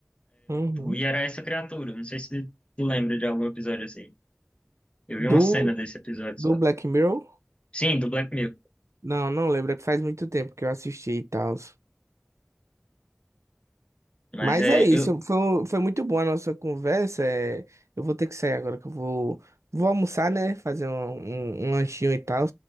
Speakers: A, on the right; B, on the left.
A: Uhum.
B: Pô, e era essa criatura. Não sei se tu lembra de algum episódio assim. Eu vi uma
A: Do,
B: cena desse episódio
A: do
B: só.
A: Black Mirror?
B: Sim, do Black Mirror.
A: Não, não lembro, é que faz muito tempo que eu assisti e tal.
B: Mas
A: Mas
B: é,
A: é isso,
B: eu.
A: foi, um- foi muito boa a nossa conversa. é, eu vou ter que sair agora, que eu vou, vou almoçar, né? Fazer um, um, um lanchinho e tal.